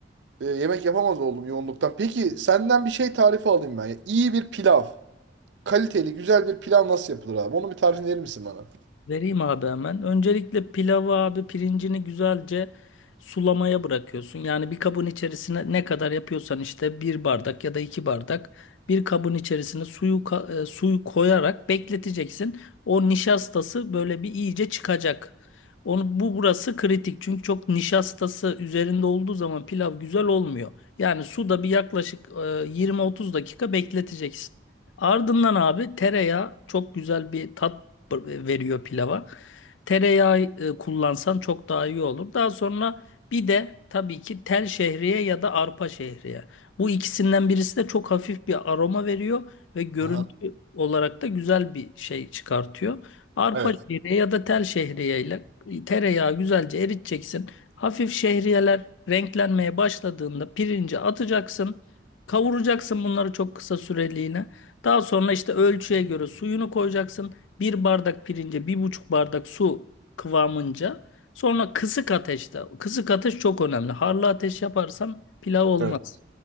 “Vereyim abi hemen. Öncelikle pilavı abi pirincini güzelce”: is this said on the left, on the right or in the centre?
Left